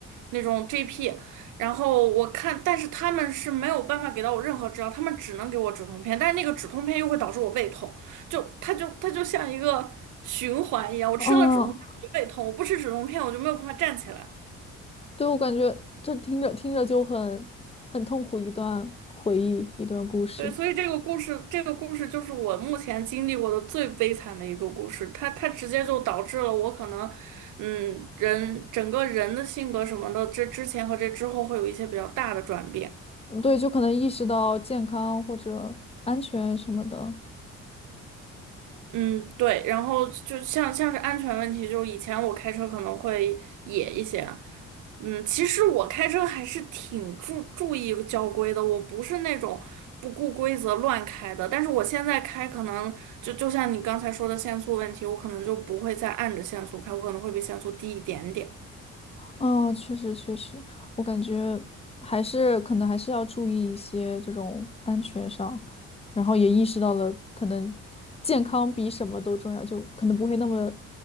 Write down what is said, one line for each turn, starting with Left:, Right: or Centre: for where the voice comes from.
Right: 那种 GP，然后我看，但是他们是没有办法给到我任何治疗，他们只能给我止痛片，但是那个止痛片又会导致我胃痛，就它就它就像一个循环一样，我吃了止痛片我就胃痛，
Left: 哦，
Right: 我不吃止痛片我就没有办法站起来。
Left: 对，我感觉这听着听着就很很痛苦，一段回忆，一段故事。
Right: 对，所以这个故事，这个故事就是我目前经历过的最悲惨的一个故事，它它直接就导致了我可能。嗯，人整个人的性格什么的，这之前和这之后会有一些比较大的转变。
Left: 嗯对，就可能意识到健康或者安全什么的。
Right: 嗯，对，然后就像像是安全问题，就是以前我开车可能会野一些，嗯，其实我开车还是挺注注意交规的，我不是那种不顾规则乱开的，但是我现在开可能就就像你刚才说的限速问题，我可能就不会再按着限速开，我可能会比限速低一点点。
Left: 哦，确实确实，我感觉还是可能还是要注意一些这种安全上，然后也意识到了可能健康比什么都重要，就可能不会那么